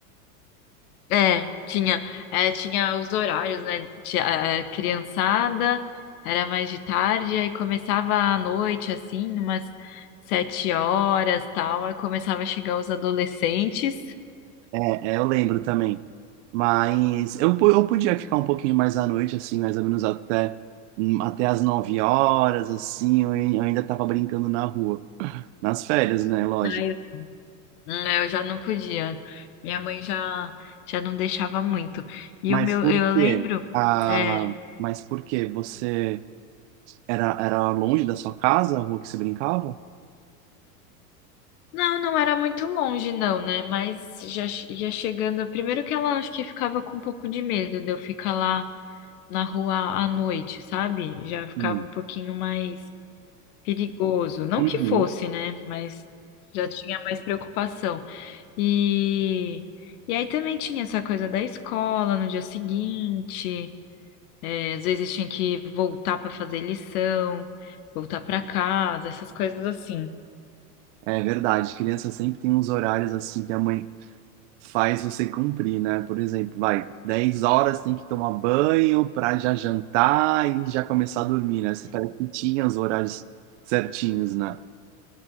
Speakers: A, on the left (about 65°); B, on the right (about 50°).
A: É, tinha, é, tinha os horários, né? Tinha, é, criançada, era mais de tarde, aí começava à noite, assim, umas sete horas, tal, aí começava a chegar os adolescentes.
B: É, é, eu lembro também. Mas eu, po- eu podia ficar um pouquinho mais à noite, assim, mais ou menos até, hum, até as 9 horas, assim, eu, ai- eu ainda tava brincando na rua. Nas férias, né? Lógico.
A: Aí eu, hum, eu já não podia. Minha mãe já, já não deixava muito. E
B: Mas
A: o meu,
B: por
A: eu
B: quê?
A: lembro,
B: Ah,
A: é,
B: mas por quê? Você era, era longe da sua casa, a rua que você brincava?
A: não, não era muito longe, não, né? Mas já, che- já chegando, primeiro que ela acho que ficava com um pouco de medo de eu ficar lá na rua à noite, sabe? Já ficava
B: Hum.
A: um pouquinho mais perigoso. Não
B: Uhum.
A: que fosse, né? Mas já tinha mais preocupação. E, e aí também tinha essa coisa da escola no dia seguinte. é, às vezes tinha que voltar para fazer lição, voltar para casa, essas coisas assim.
B: É verdade, criança sempre tem uns horários assim que a mãe faz você cumprir, né? Por exemplo, vai, 10 horas tem que tomar banho para já jantar e já começar a dormir, né? Você parece que tinha os horários certinhos, né?